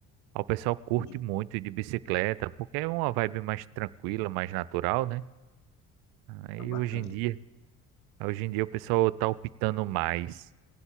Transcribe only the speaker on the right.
O pessoal curte
muito ir de bicicleta porque é uma vibe mais tranquila, mais natural, né? Aí
hoje em dia, hoje em dia o pessoal tá optando mais.